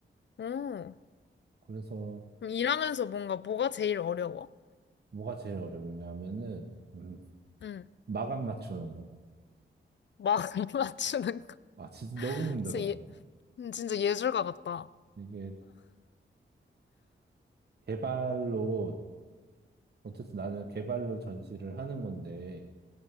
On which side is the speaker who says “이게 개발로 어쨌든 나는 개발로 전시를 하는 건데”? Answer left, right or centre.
Right